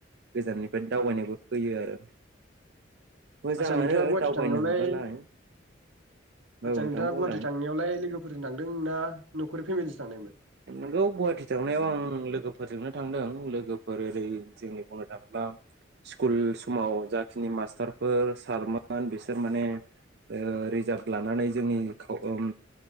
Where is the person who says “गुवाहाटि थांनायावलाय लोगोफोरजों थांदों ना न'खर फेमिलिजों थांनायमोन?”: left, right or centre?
Right